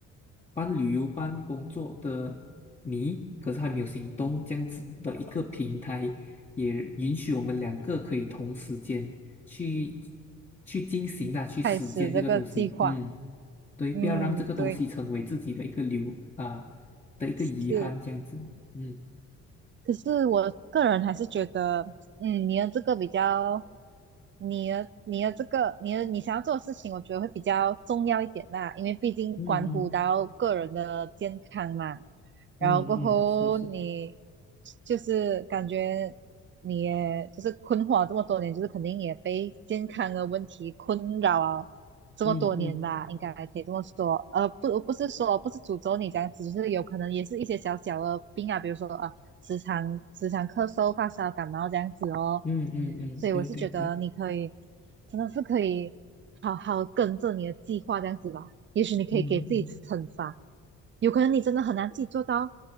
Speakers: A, on the left; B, on the right.
A: 办旅游办工作的你，可是还没有行动，这样子的一个平台，也允许我们两个可以同时间去去进行啦，去实践这个东西，
B: 开始这个计划，
A: 嗯。对，
B: 嗯，
A: 不要让这个东西成为自己的一个留啊、
B: 对，
A: 的一个遗憾，
B: 是，
A: 这样子。嗯
B: 可是我个人还是觉得，嗯，你的这个比较，你的你的这个你的你想要做的事情，我觉得会比较重要一点啦，因为毕竟关乎到个人的健康嘛。
A: 嗯
B: 然后过后你
A: 嗯嗯嗯，是是，
B: 就是感觉你也就是困惑了这么多年，就是肯定也被健康的问题困扰了这么多年吧，
A: 嗯嗯
B: 应该可以这么说。呃，不不是说不是诅咒你这样子，就是有可能也是一些小小的病啊，比如说啊。时常时常咳嗽、发烧、感冒这样子哦。
A: 嗯嗯嗯，
B: 所以我是觉得你可以，
A: 对对对，
B: 真的是可以好好跟着你的计划这样子吧。也许你可以给自己惩罚，
A: 嗯嗯
B: 有可能你真的很难自己做到，